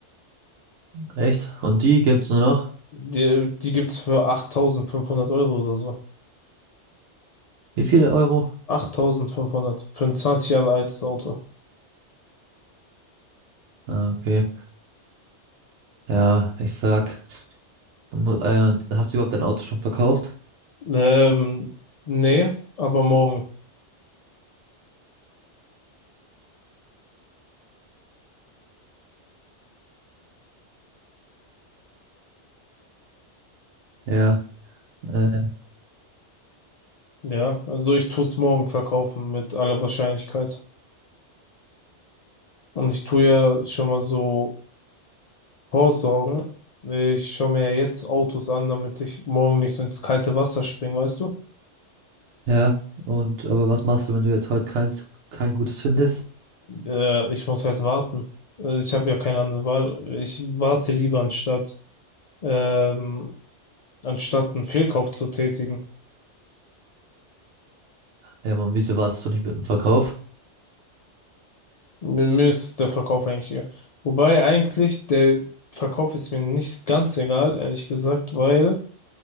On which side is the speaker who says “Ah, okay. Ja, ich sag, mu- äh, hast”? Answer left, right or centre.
Right